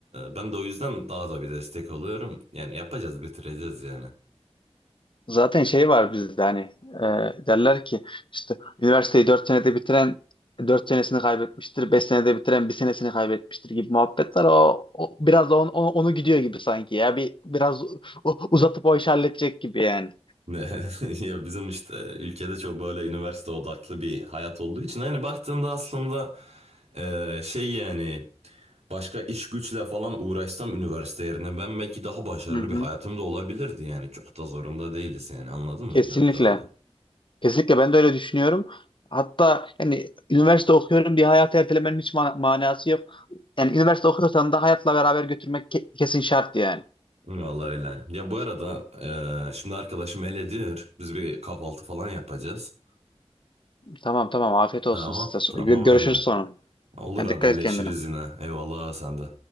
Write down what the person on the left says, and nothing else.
Zaten şey var bizde hani e, derler ki işte üniversiteyi 4 senede bitiren 4 senesini kaybetmiştir, 5 senede bitiren bir senesini kaybetmiştir gibi muhabbetler o, o biraz da on- on- onu gidiyor gibi sanki ya bir biraz u- uzatıp o işi halledecek gibi yani.
Hı hı.
Kesinlikle.
Kesinlikle ben de öyle düşünüyorum. Hatta yani üniversite okuyorum diye hayatı ertelemenin hiç man- manası yok. Yani üniversite okuyorsan da hayatla beraber götürmek ke- kesin şart yani.
Tamam tamam afiyet olsun
size. Gö-
Görüşürüz
sonra.
Yani
dikkat et kendine.